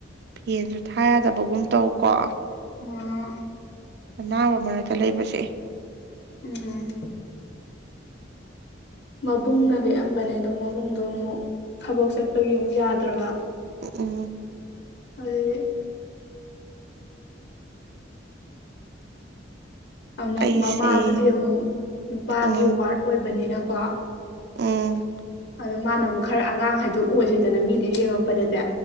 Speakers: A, on the right; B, on the left.
A: ꯐꯦꯟꯁꯨ ꯊꯥ ꯌꯥꯗꯕꯒꯨꯝ ꯇꯧꯀꯣ
B: ꯑꯣ
A: ꯑꯅꯥꯕ ꯃꯔꯛꯇ ꯂꯩꯕꯁꯦ
B: ꯎꯝ ꯃꯕꯨꯡꯅ ꯂꯦꯛꯑꯝꯕꯅꯦ ꯑꯗꯣ ꯃꯕꯨꯡꯗꯣ ꯑꯃꯨꯛ ꯊꯕꯛ ꯆꯠꯄꯒꯤ ꯑꯃꯨꯛ ꯌꯥꯗ꯭ꯔꯕ
A: ꯎꯝ
B: ꯑꯗꯨ ꯑꯃꯨꯛ
A: ꯑꯩꯁꯦ
B: ꯃꯃꯥꯗꯨꯗꯤ ꯑꯃꯨꯛ ꯅꯨꯄꯥꯒꯤ
A: ꯎꯝ
B: ꯋꯥꯔꯗ ꯑꯣꯏꯕꯅꯤꯅꯀꯣ
A: ꯎꯝ
B: ꯑꯗꯣ ꯃꯥꯅ ꯑꯃꯨꯛ ꯈꯔ ꯑꯉꯥꯡ ꯍꯥꯏꯗꯣ ꯑꯣꯏꯁꯦꯗꯅ ꯃꯤꯅ ꯌꯦꯡꯉꯛꯄꯗꯗꯤ